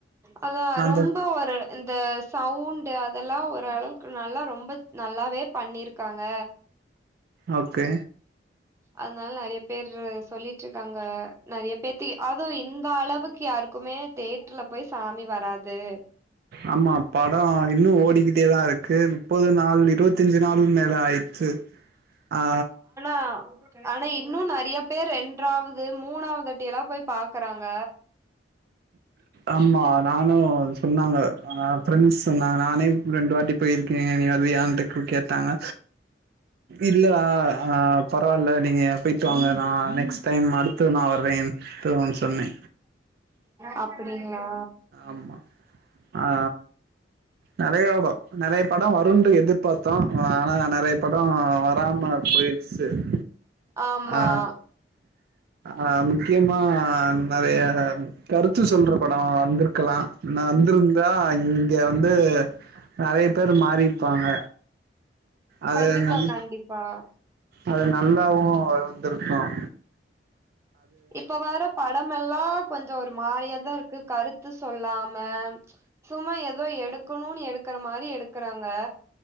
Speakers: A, on the right; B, on the right.
A: அதா
B: அந்த
A: ரொம்ப ஒரு இந்த சவுண்டு அதெல்லா ஒரளவுக்கு நல்லா ரொம்ப நல்லாவே பண்ணிருக்காங்க
B: ஓகே
A: அதனால நெறைய பேரு சொல்லிட்டு இருக்காங்க நிறைய பேத்திக் அதுவு இந்த அளவுக்கு யாருக்குமே தேட்டர்ல போய் சாமி வராது
B: ஆமா படோ இன்னு ஓடிக்கிட்டே தா இருக்கு முப்பது நாள் இருவத் த்ஞ்சு நாள் மேல ஆயிருச்சு ஆ
A: ஆ ஆனா இன்னு நெறய பேரூ ரெண்ட்ராவது மூணாவது தாட்டி எல்லா போய் பாக்குறாங்க
B: ஆமா நானு சொன்னாங்க ஆ ஃப்ரண்ஸ் சொன்னாங்க நானே ரெண்டு வாட்டி போயிருக்கே நீ வர்ரீயான்னு கேட்டாங்க இல்லடா ஆ பரவால்ல நீங்க போய்ட்டு வாங்க நா நெக்ஸ்ட் டைம் அடுத் த்து நா வறேன் தூ ஒன் சொன்னே
A: அப்டிங்களா
B: ஆமா ஆ நெறயா ப் நெறய படோ வருண்ட்டு எதிர்பாத்தோ ஆனா நெறய படோ வராம போயிடூ சேரி
A: ஆமா
B: ஆ ஆ முக்கியமா நெறய கருத்து சொல்ற படோ வந்த்ருக் கலாம் ன்ன வந்திருந்தா இங்க வந்து நெறய பேர் மாறி இருப்பாங்க அது
A: கண்டிப்பா
B: நல்
A: கண்டிப்பா.
B: அது நல்லாவு இருந்துருக்கும்
A: இப்ப வார ப டமெல்லா கொஞ்சோ ஒரு மாறியாதா இருக்கு கருத்து சொல்லாம சும்மா ஏதோ எடுக்கணுன்னு எடுக்கற மாரி எடுக்றாங்க